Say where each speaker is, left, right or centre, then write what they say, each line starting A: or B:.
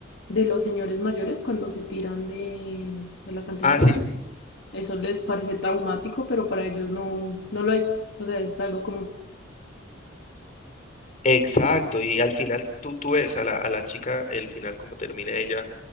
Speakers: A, on the left (about 60°); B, on the left (about 40°).
A: de los señores mayores cuando se tiran de, del acantilado,
B: Así
A: eso les parece traumático, pero para ellos no, no lo es. O sea, es algo común.
B: Exacto, y al final tú, tú ves a la, a la chica, el final como termina ella